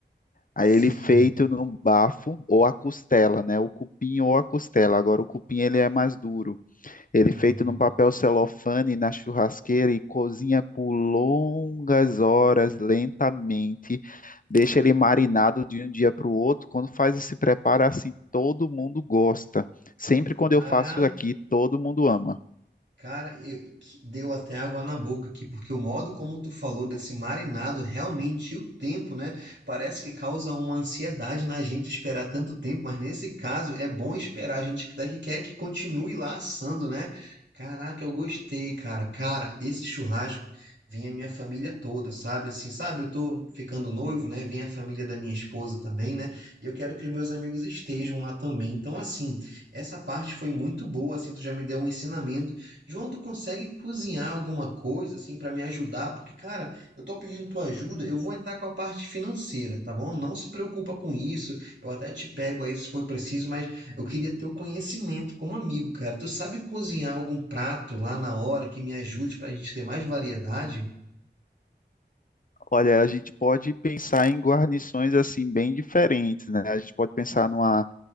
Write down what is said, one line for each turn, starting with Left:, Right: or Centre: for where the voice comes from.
Left: Aí
Right: Sim.
Left: ele feito no bafo ou a costela, né? O cupim ou a costela. Agora o cupim ele é mais duro. Ele
Right: Uhum.
Left: feito num papel celofane na churrasqueira e cozinha por longas horas, lentamente. Deixa ele marinado de um dia para o outro. Quando faz esse preparo assim, todo mundo gosta. Sempre quando
Right: Cara,
Left: eu faço aqui, todo mundo ama.
Right: Cara, eu, que- deu até água na boca aqui, porque o modo como tu falou desse marinado, realmente e o tempo, né? Parece que causa uma ansiedade na gente esperar tanto tempo, mas nesse caso é bom esperar, a gente quer que quer que continue lá assando, né? Caraca, eu gostei, cara. Cara, esse churrasco vem a minha família toda, sabe? Assim, sabe? Eu tô ficando noivo, né? Vem a família da minha esposa também, né? E eu quero que os meus amigos estejam lá também. Então, assim, essa parte foi muito boa, assim, tu já me deu um ensinamento João, tu consegue cozinhar alguma coisa assim para me ajudar? Porque, cara, eu tô pedindo tua ajuda, eu vou entrar com a parte financeira, tá bom? Não se preocupa com isso. Eu até te pego aí se for preciso, mas eu queria ter o conhecimento como amigo, cara. Tu sabe cozinhar algum prato lá na hora que me ajude pra gente ter mais variedade?
Left: Olha, a gente pode pensar em guarnições assim bem diferentes, né? A gente pode pensar numa